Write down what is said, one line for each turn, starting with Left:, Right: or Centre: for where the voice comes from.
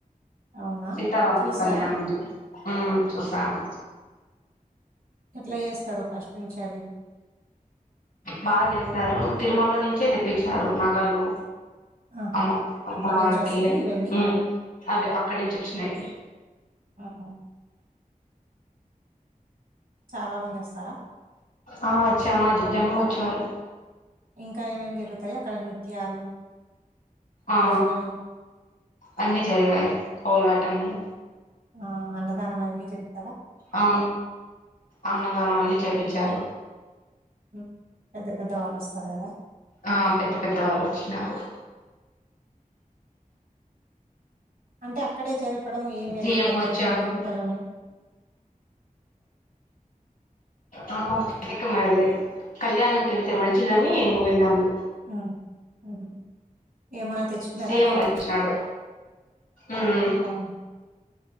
Right: అవునా
Left: సీతారాముల
Right: చూసారా
Left: కళ్యాణ ఊ చూసాను
Right: ఎట్లా చేస్తారు ఫస్ట్ నుంచి అది
Left: బాగా చేస్తారు తిరుమల నుంచే తెప్పించినారు నగలు
Right: ఆహా
Left: అమ్మ అమ్మవారికి
Right: అక్కడ నుంచి వస్తాయా ఇవన్నీ
Left: ఊ అవి అక్కడి నుంచి వచ్చినాయి
Right: ఆహా చాలా మంది వస్తారా
Left: ఆ వచ్చారు జనం వచ్చారు
Right: ఇంకా ఏమేం జరుగుతాయి అక్కడ నృత్యాలు
Left: ఆ
Right: భజనలు
Left: అన్ని జరిగాయి పోలాటములు
Right: ఆ అన్నదానమూ అన్ని జరిగాయి
Left: ఆ అన్నదానం అన్ని చపించారు
Right: ఉ పెద్ద పెద్ద వాళ్ళు వస్తారు కదా
Left: ఆ పెద్ద పెద్ద వాళ్ళు వచ్చినారు
Right: అంటే అక్కడే జరిపు చెప్పడం ఏమి లేదు
Left: సీఎం
Right: ప్రత్యేక
Left: వచ్చారు
Right: ఒటిమిట్టలోని
Left: ఆ ఎక్కు మరి కళ్యాణానికి వెళ్తే మంచిదని వెళ్ళాను
Right: ఆ సరే ఏ ఏమన్నా తెచ్చుకున్నారా
Left: సీఎం
Right: అక్కడి
Left: వచ్చినాడు
Right: నుంచి
Left: ఉమ్
Right: అవును